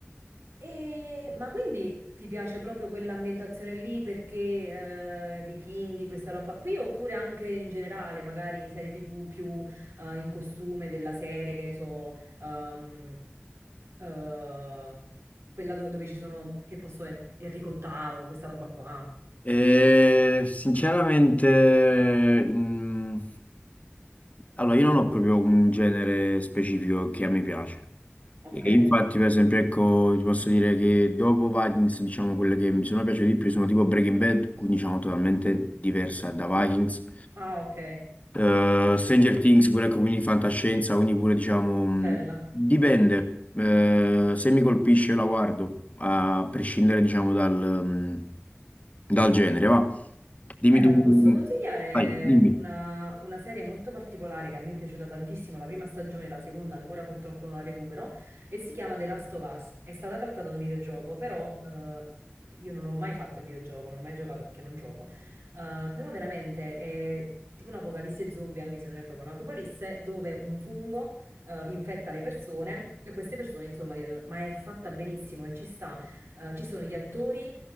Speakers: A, on the right; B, on the left.
A: E- ma quindi ti piace proprio quell'ambientazione lì perché eh, vichinghi, questa roba qui, oppure anche in generale, magari serie TV più eh, in costume della serie, che ne so, ehm, eh, quella dove, dove ci sono, che posso essere, Enrico VIII, questa roba qua.
B: Eh, sinceramente, mm, allora io non ho proprio un genere specifico che a me piace.
A: Ok,
B: E infatti, per esempio, ecco, ti posso dire che dopo Vikings, diciamo, quelle che mi sono piaciute di più sono tipo Breaking Bad, quindi diciamo totalmente diversa da Vikings.
A: ah ok,
B: Eh, Stranger Things, pure ecco, quindi fantascienza, quindi pure diciamo, mh,
A: bella.
B: dipende. Eh, se mi colpisce io la guardo, a prescindere diciamo dal, mh, dal genere, va. Dimmi
A: Bella,
B: tu,
A: ti posso consigliare
B: vai, dimmi.
A: una, una serie molto particolare che a me è piaciuta tantissimo, la prima stagione, la seconda ancora purtroppo non la recupero, e si chiama The Last of Us. È stata tratta da un videogioco, però eh, io non ho mai fatto il videogioco, non ho mai giocato perché non gioco, Eh, però veramente è tipo un'apocalisse zombie, anche se non è proprio un'apocalisse, dove un fungo eh, infetta le persone e queste persone, insomma, diventano... ma è fatta benissimo e ci sta, eh, ci sono gli attori